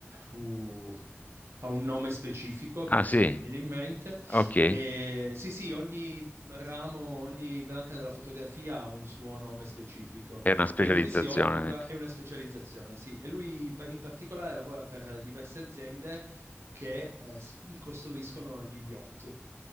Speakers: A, on the right; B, on the left.
A: uh, ha un nome specifico che
B: Ah
A: adesso
B: sì,
A: non mi viene in mente.
B: ok,
A: E, sì, sì, ogni ramo, ogni branca della fotografia ha un suo nome specifico
B: è una specializzazione.
A: e lui si occupa, è una specializzazione, sì, e lui pa- in particolare lavora per diverse aziende che eh, s- costruiscono gli yacht.